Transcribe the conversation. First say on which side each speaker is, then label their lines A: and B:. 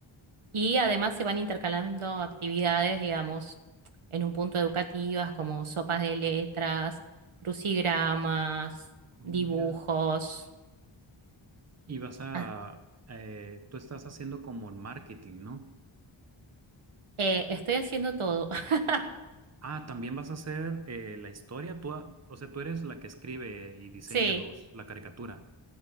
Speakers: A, on the right; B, on the right.
A: Y además se van intercalando actividades, digamos, en un punto educativas como sopas de letras, crucigramas,
B: Oh,
A: dibujos.
B: mira. Y vas a,
A: Ah,
B: eh, tú estás haciendo como el marketing, ¿no?
A: eh, estoy haciendo todo. <laughs>
B: Ah, también vas a hacer eh, la historia. Tú, a- o sea, tú eres la que escribe y diseña
A: Sí,
B: los, la caricatura.